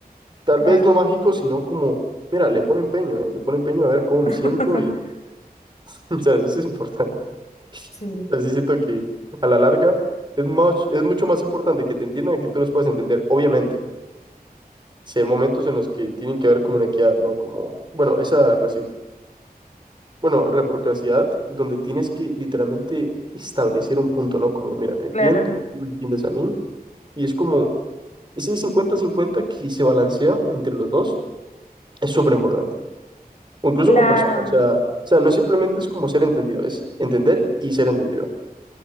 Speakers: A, on the right (about 30°); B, on the left (about 45°).
A: Tal
B: claro,
A: vez no mágico, sino como, mira, le pone empeño, eh, le pone empeño a ver cómo
B: <laughs>
A: me siento y, <laughs> o sea, eso es importante.
B: sí,
A: Así siento que a la larga es más, es mucho más importante que te entiendan y que tú los puedas entender. Obviamente, si hay momentos en los que tienen que haber como una equidad, ¿no? Como, bueno, esa reci- bueno, reciprocidad, donde tienes que literalmente establecer un punto, ¿no? Como, mira, te entiendo,
B: claro,
A: tú me entiendes a mí. Y es como ese cincuenta cincuenta que se balancea entre los dos es súper importante. O incluso
B: claro,
A: con personas, o sea, o sea, no simplemente es como ser entendido, es entender y ser entendido.